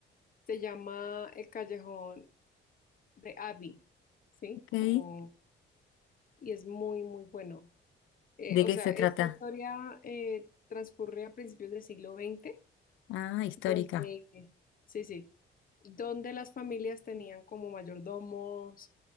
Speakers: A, on the left; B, on the left.
A: Se llama El Callejón de Abby, ¿sí?
B: Ok.
A: Como, y es muy, muy bueno. Eh,
B: ¿De
A: o
B: qué
A: sea,
B: se
A: esta
B: trata?
A: historia eh, transcurre a principios del siglo XX,
B: Ah, histórica.
A: donde, sí, sí, donde las familias tenían como mayordomos,